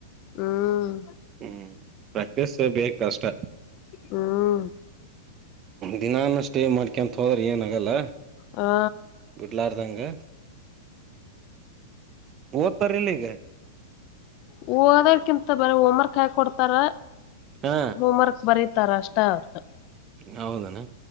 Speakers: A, on the left; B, on the right.
A: ಹ್ಮ್
B: ಹ್ಮ್. ಪ್ರಾಕ್ಟೀಸ್ ಬೇಕ ಕಷ್ಟ
A: ಹ್ಮ್
B: ದಿನಾನ ಸ್ಟೇ ಮಾಡ್ಕೊಂತ ಹೋದ್ರೆ ಏನಗಲ್ಲ
A: ಹಾ
B: ಬಿಡ್ಲಾರ್ದಂಗೆ. ಓದ್ತರಿಲ್ಲ ಈಗ.
A: ಹೋದರ್ಕಿಂತ ಬರೆ ಹೋಂವರ್ಕ್ ಹಾಕ್ ಕೊಡ್ತಾರ.
B: ಹಾ
A: ಹೋಂವರ್ಕ್ ಬರೆದ್ ತರಾ ಅಷ್ಟ ಅವರ್ದು.
B: ಹೌದನ್.